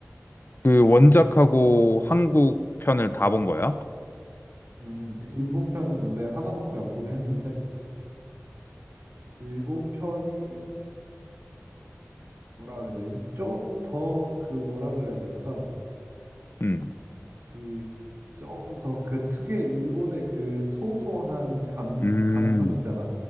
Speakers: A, on the left; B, on the right.
A: 그 원작하고 한국 편을 다 본 거야?
B: 음, 일본 편은 근데 하나밖에 안 보긴 했는데 일본 편이 뭐라 그래야 되지? 좀 더 그 뭐라 그래야 될까?
A: 음.
B: 이 좀 더 그 특유의 일본의 그 소소한 감,
A: 음.
B: 감성 있잖아.